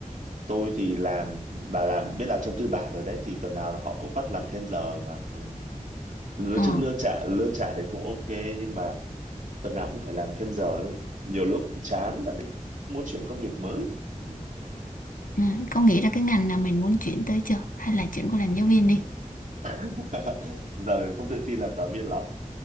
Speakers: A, on the right (about 65°); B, on the left (about 75°).
A: tôi thì làm bà làm biết làm cho tư bản rồi đấy thì tuần nào họ cũng bắt làm thêm giờ mà ừ. nói
B: Ờ,
A: chung lương trả lương trả đấy cũng ok nhưng mà tuần nào cũng phải làm thêm giờ nhiều lúc cũng chán đã định muốn chuyển công việc mới Ừ.
B: ừ, có nghĩ ra cái ngành nào mình muốn chuyển tới chưa? Hay là chuyển qua làm giáo viên đi?
A: <laughs> giờ không tự tin làm giáo viên lắm